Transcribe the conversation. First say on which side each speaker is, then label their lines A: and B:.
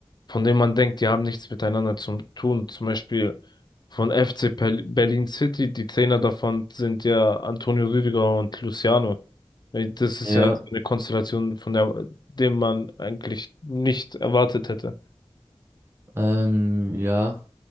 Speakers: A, on the left; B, on the right.
A: von denen man denkt, die haben nichts miteinander zu tun. Zum Beispiel von FC Pel- Berlin City, die Trainer davon sind ja Antonio Rüdiger und Luciano. Das ist
B: Ja,
A: ja so eine Konstellation, von der dem man eigentlich nicht erwartet hätte.
B: ähm, ja.